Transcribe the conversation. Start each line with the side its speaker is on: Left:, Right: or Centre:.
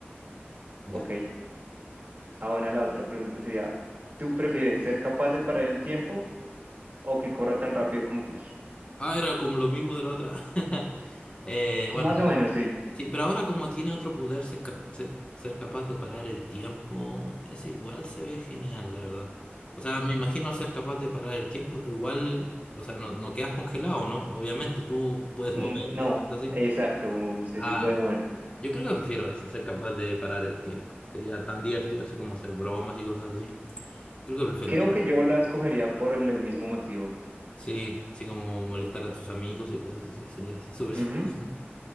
Left: ya.
Right: Ok, ahora la otra pregunta sería, ¿tú prefieres ser capaz de parar el tiempo O que corra tan rápido como Flash.
Left: Ah, era como lo mismo de la otra. <laughs> Eh, bueno.
Right: Más o menos, sí.
Left: Sí, pero ahora como tiene otro poder, ser, cap- ser- ser capaz de parar el tiempo, es igual se ve genial, la verdad. O sea, me imagino al ser capaz de parar el tiempo, tú igual, o sea, no, no quedas congelado, ¿no? Obviamente, tú puedes
Right: Mm,
Left: moverte,
Right: No,
Left: así.
Right: exacto, usted
Left: Ah,
Right: sí puede moverse.
Left: yo creo que prefiero eso, ser capaz de parar el tiempo. Sería tan divertido así como hacer bromas y cosas así. Creo que prefiero
Right: Creo
Left: eso.
Right: que yo la escogería por el, el mismo motivo.
Left: Sí, así como molestar a tus amigos y cosas así, sería <laughs> súper
Right: Ujú.
Left: chistoso.